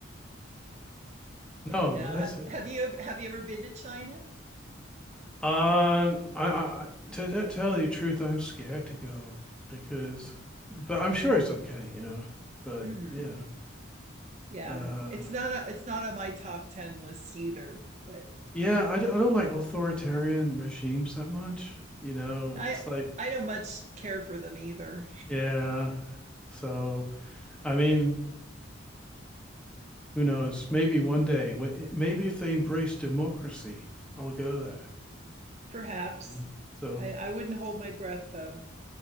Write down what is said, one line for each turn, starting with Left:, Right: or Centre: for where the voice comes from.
Centre: <laughs> no,
Right: Have
Centre: that's it.
Right: you have you ever been to China?
Centre: um, I, I to, to tell you the truth, I'm scared to go because, but I'm sure it's okay, you know. But
Right: hmm
Centre: yeah,
Right: Yeah.
Centre: uh,
Right: It's not a, it's not on my top 10 list either, but
Centre: yeah, I, d- I don't like authoritarian regimes that much, you know.
Right: I
Centre: It's like,
Right: I don't much care for them either.
Centre: yeah, so I mean, who knows? Maybe one day, wh- maybe if they embrace democracy, I'll go there.
Right: Perhaps.
Centre: Yeah. So,
Right: I I wouldn't hold my breath though.